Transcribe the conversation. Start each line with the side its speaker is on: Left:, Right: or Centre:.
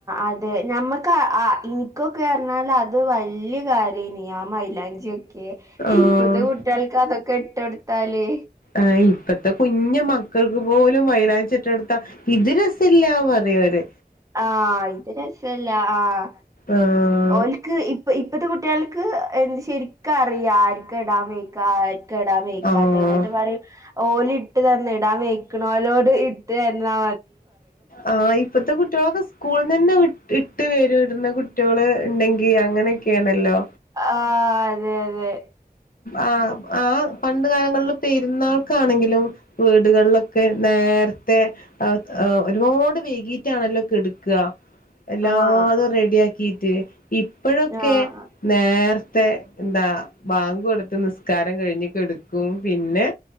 Right: അതെ ഞമ്മക്ക് ആ ഇനിക്കൊക്കെർഞ്ഞാൽ അത് വല്യ കാര്യേനി ആ മൈ ല്ലാഞ്ചിയൊക്കെ
Left: ആഹ്
Right: ഇപ്പത്തെ കുട്ട്യാൾക്ക് അതൊക്കെ ഇട്ടൊട്ത്താല്
Left: ആ ഇപ്പത്തെ കുഞ്ഞു മക്കൾക്ക് പോലും മൈലാഞ്ചിട്ടൊട്ത്ത ഇത് രസീല്ല പറിയോര്
Right: ആഹ് ഇത് രസല്ല ആഹ്
Left: ആഹ്
Right: ഓൽക്ക് ഇപ്പ ഇപ്പത്തെ കുട്ട്യാൾക്ക് എന്ത് ശരിക്കും അറിയാ ആർക്കിടാൻ വെയ്ക്കാ ആ ഇടാൻ വെയ്ക്കാത്ത
Left: ആഹ്
Right: ന്നിട്ട് പറയും ഓലിട്ട് തന്ന ഇടാൻ വെയ്ക്ക്‌ണോലോട് ഇ ട്ടെരണം
Left: ആഹ് ഇപ് പ്പത്തെ കുട്ട്യാളൊക്കെ സ്കൂള്ന്നെന്നെ ഇട്ട് വരും ഇട്ണ കുട്ട്യാള്ണ്ടെങ്കി അങ്ങനെയൊക്കേണല്ലോ
Right: ആഹ് അതെ അതെ
Left: ആഹ് ആഹ് പണ്ട്‌ കാലങ്ങളില് പെരുന്നാൾക്കാണെങ്കിലും വീടുകളിലൊക്കെ നേരത്തെ ഒരുപാട് വൈകീറ്റാണല്ലോ കെട്ക്ക എല്ലാതും
Right: ആഹ്
Left: റെഡി ആക്കീട്ട് ഇപ്പഴൊക്കെ
Right: ആഹ്
Left: നേർത്തെ ന്താ ബാങ്കൊട്ത്ത് നിസ്കാരം കഴിഞ്ഞു കെടുക്കും പിന്നെ